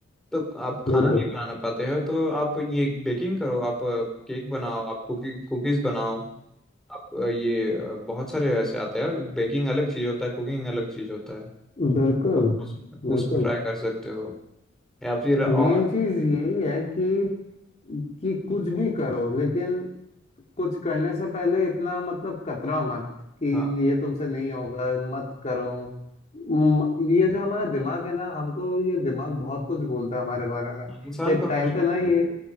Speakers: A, in the centre; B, on the left (about 35°).
A: तो आप खाना
B: बिल्कुल
A: नहीं बना पाते हो तो आप ये बेकिंग करो आप केक बनाओ आप कुकी कुकीज बनाओ आप अ, ये अ, बहुत सारे ऐसे आते हैं यार बेकिंग अलग चीज़ होता है कुकिंग अलग चीज़ होता है
B: बिल्कुल
A: आप उस
B: बिल्कुल
A: पर ट्राई कर सकते हो या फिर और
B: मेन चीज यही है कि कि कुछ भी करो लेकिन कुछ करने से पहले इतना मतलब कतरा मत कि
A: हाँ
B: ये तुमसे नहीं होगा मत करो म- ये जो हमारा दिमाग है ना हमको ये दिमाग बहुत कुछ बोलता है हमारे बारे में
A: इंसान
B: एक
A: को हम्म,
B: टाइम पे ना ये